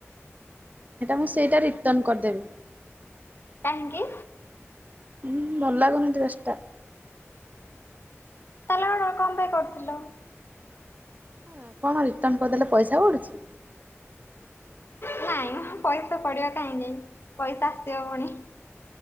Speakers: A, on the right (about 35°); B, on the left (about 50°).
A: ହେଟା ମୁଁ ସେଇଟା ରିଟର୍ଣ୍ଣ କରିଦେବି।
B: କାହିଁକି?
A: ହୁଁ ଭଲ ଲାଗୁନି ଡ୍ରେସ୍ ଟା।
B: ତାହେଲେ ଅର୍ଡର କଣ ପାଇଁ କରୁଥିଲ?
A: ୟାକୁ କଣ ରିଟର୍ଣ୍ଣ କରିଦେଲେ ପଇସା ପଡ଼ୁଛି?
B: ନାଇଁ ମ ପଇସା ପଡ଼ିବ କାହିଁକି ପଇସା ଆସିବ ପୁଣି।